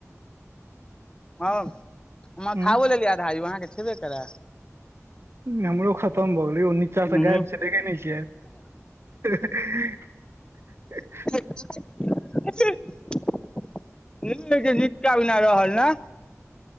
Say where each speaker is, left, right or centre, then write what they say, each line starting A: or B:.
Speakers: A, on the left; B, on the right.
A: हँ हम
B: हूँ
A: खावो लेलियै आधा यौ अहाँके छेबे करा
B: हमरो खतम भऽ गेलै ओ नीच्चा
A: हूँ
B: से गायब छै देखे नय छियै <inaudible>
A: <inaudible> नीक का बिना रहल ने